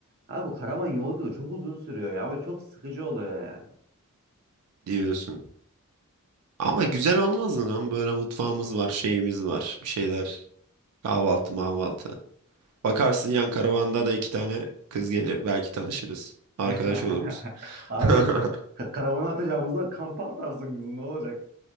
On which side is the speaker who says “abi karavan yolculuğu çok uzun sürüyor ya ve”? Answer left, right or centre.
Right